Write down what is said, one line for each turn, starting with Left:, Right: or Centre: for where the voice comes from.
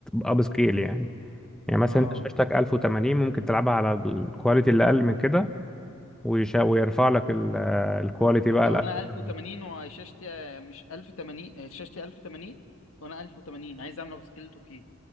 Centre: اب سكيل يعني يعني مثلا
Left: اه
Centre: انت شاشتك 1080 ممكن تلعبها على الكواليتي اللي اقل من كده ويش- ويرفع لك ال- الكواليتي
Left: طب
Centre: بقى
Left: لو
Centre: ل 1080
Left: انا 1080 وشاشتي مش 1080 شاشتي 1080 وانا 1080 عايز اعمل سكيل 2K